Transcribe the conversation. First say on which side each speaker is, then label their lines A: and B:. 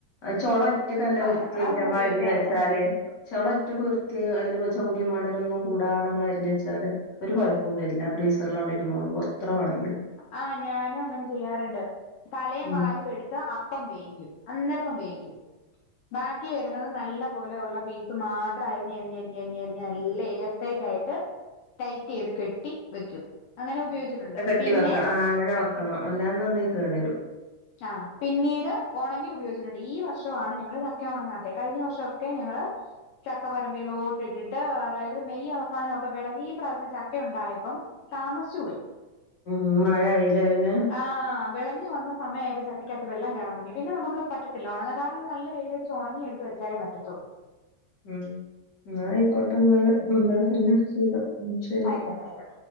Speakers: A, on the left; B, on the left.
A: ചൊള ഒറ്റ നല്ല
B: ആഹ്
A: വൃത്തിയായിട്ട
B: ഞങ്ങളതൊന്നും
A: അമ്മരിഞ്ഞ
B: ഉപയോഗിക്കാറില്ല
A: വെച്ചാല് ചവള ഒറ്റ ക കുർത്തിയ അതില് ചൗണിയും മടലൊന്നും കൂടാതെ മരുഞ്ഞ വെച്ചാല് ഒരു കുഴപ്പം വരില്ല. ബ്രീസറിൽ അവിടെ ഇരുന്നോളുമ്പോ അത്ര ആണെങ്കിലും
B: ആഹ ഞാനും അങ്ങനെ ചെയ്യാറുണ്ട്. തലയും
A: ഉം
B: വാലും എടുത്ത് അപ്പം വേയി അന്നേരംപ്പം വേവിക്കും. ബാക്കി വരുന്നത് നല്ല പോലെ ഉള്ള പീസ് മാത്രം അരിഞ്ഞരിഞ്ഞരിഞ്ഞരിഞ്ഞരിഞ്ഞ അല്ലർ <unintelligible> യിട്ട് ടൈറ്റ് ചെയ്ത് കെട്ടി വെക്കും. അങ്ങനെ ഉപയോഗിച്ചിട്ടുണ്ട്.
A: വെട്ടി
B: പിന്നെ
A: വെക്കണം. ആ അങ്ങനെ വെക്കണം എല്ലാന്നുണ്ടങ്കിൽ കേട വരും.
B: ആ പിന്നീട് ഉണങ്ങി ഉപയോഗിച്ചിട്ടുണ്ട്. ഈ വർഷമാണ് ഞങ്ങള് ചക്ക ഉണങ്ങാത്ത കഴിഞ്ഞ വർഷക്കെ ഞങ്ങള് ചക്ക പറരമ്പയിലോട്ട് ഇട്ടിട്ട് അതായത് മെയ് അവസാനം ഒക്കെ വിളകി ഈ പ്രാവശ്യം ചക്ക ഉണ്ടായപ്പം താമസ പോയി.
A: ഉം മഴ ആയിലേ? പിന്നെ
B: ആഹ വിളഞ്ഞി വന്ന സമയപ്പോ ചക്കകത്ത് വെം കയറാൻ തുടങ്ങി. പിന്നെമുക്ക് പറ്റത്തില്ല ഉണങ്ങാ കാരണം നല്ല വെയിലടടിച്ച് ഉണങ്ങിയടുത്ത് വെച്ചാലേ പറ്റത്തുള്ളൂ.
A: ഉ ആയിക്കോട്ടന്നല് എന്താ പിന്നെ സുഖം ശരി.
B: <unintelligible> ആയിക്കട്ടെ.